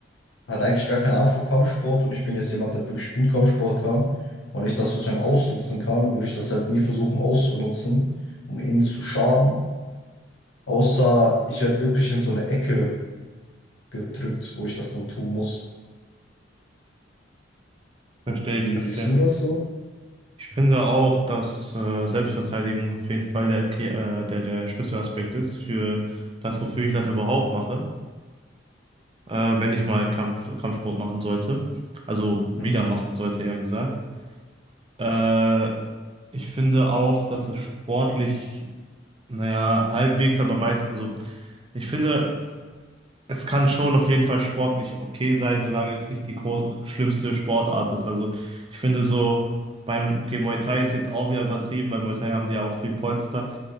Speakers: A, on the left; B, on the right.
A: hat eigentlich gar keine Ahnung von Kampfsport und ich bin jetzt jemand, der wirklich gut Kampfsport kann und ich das sozusagen ausnutzen kann, würde ich das halt nie versuchen auszunutzen, um ihnen zu schaden. Außer ich werde wirklich in so eine Ecke gedrückt, wo ich das dann tun muss.
B: Verstehe
A: Wie
B: ich, verstehe.
A: siehst du das so?
B: Ich finde auch, dass äh, Selbstverteidigung auf jeden Fall der, Erklä- äh, der, der Schlüsselaspekt ist für das, wofür ich das überhaupt mache, äh, wenn ich mal Kampf, Kampfsport machen sollte. Also wieder
A: Mhm.
B: machen sollte, eher gesagt. Äh, ich finde auch, dass es sportlich, naja, halbwegs, aber meist, also ich finde. Es kann schon auf jeden Fall sportlich okay sein, solange es nicht die gro- schlimmste Sportart ist. Also ich finde so beim, okay, Muay Thai ist jetzt auch wieder übertrieben, weil Muay Thai haben die ja auch viel Polster,